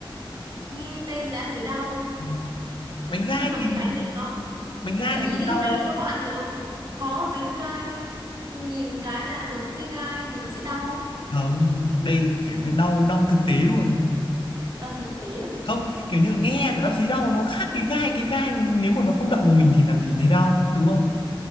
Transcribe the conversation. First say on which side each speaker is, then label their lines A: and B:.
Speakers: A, on the right; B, on the left.
A: Nghe tên đã thấy đau.
B: Ừ. Bánh gai
A: Nhưng mà
B: thì,
A: cái bánh này nó...
B: bánh gai
A: Gợi
B: thì
A: ý
B: cũng
A: đi,
B: đau
A: bánh
B: đâu.
A: ấy nó có ăn được không? Có, bánh gai. Nhìn cái là giống cái gai thì nó sẽ đau.
B: Không, đây kiểu như đau, đau thực tế luôn.
A: Đau thực tế á.
B: Không, kiểu như nghe đã thấy đau nó khác cái gai, cái gai nếu mà nó không động vào mình thì làm gì thấy đau, đúng không?